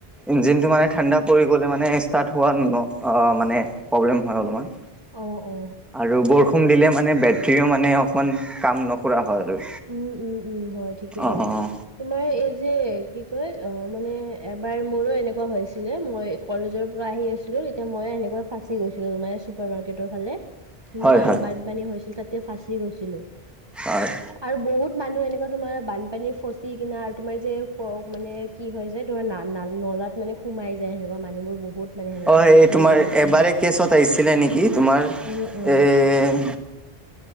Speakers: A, in the centre; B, on the right (about 25°).
A: ইঞ্জিনটো মানে ঠাণ্ডা পৰি গ'লে মানে ষ্টাৰ্ট হোৱা ন অঁ মানে- প্ৰব্লেম হয় অলমান।
B: অঁ অঁ'
A: আৰু বৰষুণ দিলে মানে বেটৰিও মানে অকমান কাম নকৰা হয় আৰু।
B: উম উম উম' হয় ঠিকেই
A: অঁ
B: কলা।
A: অঁ
B: তোমাৰ এই যে কি কয় অঁ মানে এবাৰ মোৰো এনেকুৱা হৈছিলে মই- কলেজৰ পৰা আহি আছিলো তেতিয়া মই সেনেকে ফাঁচি গৈছিলো তোমাৰ চুপাৰ মাৰ্কেটৰ ফালে। ইমান
A: হয় হয়
B: বানপানী হৈছিল তাতে ফাঁচি গৈছিলো।
A: আৰ-
B: আৰো বহুত মানুহ এনেকুৱা তোমাৰ বানপানী ফচি কিনা আৰু তোমাৰ যে ক মানে- কি হয় যে তোমাৰ না ন নলাত মানে সোমাই যায় সেনেকুৱা মানুহবোৰ বহুত। মানে সেনেকুৱা
A: অ এই
B: কেচবোৰ
A: তোমাৰ এবাৰে
B: উম,
A: কেছত আহিছিলে নেকি তোমাৰ,
B: উম, উম,
A: এ-